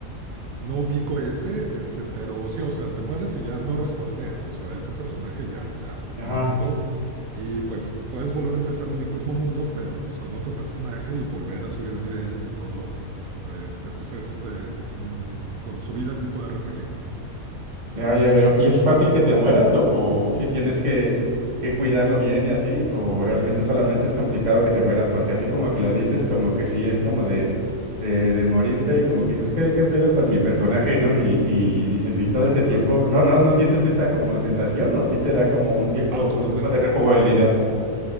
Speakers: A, on the right; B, on the right.
A: No ubico ese, este, pero sí, o sea, te mueres y ya no respawneas, o sea, ese personaje ya, ya
B: ajá
A: me quedó. Y pues puedes volver a empezar en el mismo mundo, pero pues con otro personaje y volver a subir niveles y todo, pues, este, pues es eh, mm, con su vida tipo RPG.
B: Ya, ya veo. ¿Y es fácil que te mueras o, si tienes que, que cuidarlo bien y así? ¿O realmente solamente es complicado que te mueras? Porque así como que lo dices, como que sí es como de, de, de morirte y como que dices, ¿qué, qué pedo con mi personaje, ¿no? Y, y dices, y todo ese
A: Ajá.
B: tiempo, ¿no, no, no sientes esa como sensación o sí te da como un tiempo,
A: Ah,
B: un
A: totalmente.
B: tiempo de rejugabilidad?